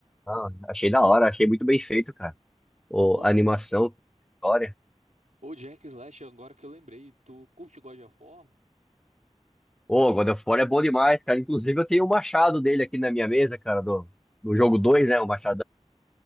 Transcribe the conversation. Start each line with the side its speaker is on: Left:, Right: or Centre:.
Centre: Ah, achei da hora, achei muito bem feito, cara. ou
Right: Ô,
Centre: animação, história.
Right: ô Jack Slash, agora que eu lembrei, tu curte God of War?
Centre: Ô, God of War é bom demais, cara. Inclusive, eu tenho o machado dele aqui na minha mesa, cara, do, do
Right: Caraca.
Centre: jogo dois né? O machado,